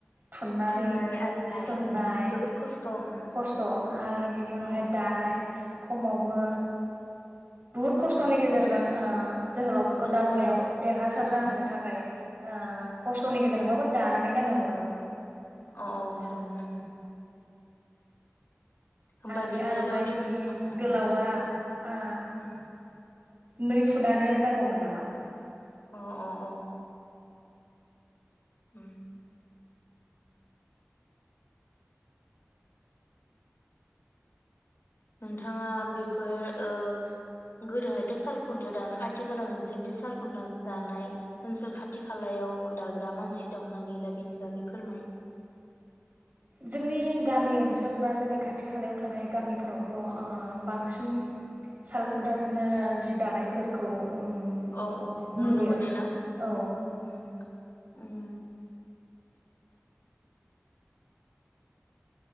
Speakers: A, on the right; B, on the left.
A: थुननानै
B: थुननाय आरिनाय
A: सोंनाय
B: उम जोबोद खस्थ' उम उम
A: खस्थ' आरो बिनि उनावहाय
B: अ
A: दानाय खमाव बो। बुहुत
B: अ
A: खस्थ'नि गेजेरजों ओ जोहोलावफोरखौ
B: बिसोरो
A: दावहायाव देरहासार
B: उम
A: जाहोनो थाखाय ओ खस्थ'नि गेजेरजोंबाबो दानानै गान हरोमोन।
B: अ अ
A: बिसोरो
B: होदोंमोन ओं ओंं। होमबा
A: आरो
B: बिसोरो
A: बे आर'नाइनि
B: गावनि रस उम उम
A: गोलावा
B: उम
A: ओ
B: उम
A: नै फुटानो जागौमोन नामा?
B: अ अ अ। उम। नोंथाङा बेफोर ओ गोदोहायथ' सालखुनथायाव दाना आथिखालाव नोंसोरथि सालखुनथाजो दानाय ओनसोल खाथि खालायाव दाग्रा मानसि दंना गैला बेनि बागै फोरमाय।
A: जोंनि गामि ओनसोल बा जोंनि खाथि खालायाव थानाय गामिफोरावथ' ओ बांसिन सालखुन्थाजोंनो जि दानायफोरखौ ओम
B: औ औ नुनो
A: नुयो
B: मोनोना
A: औ
B: उम उम।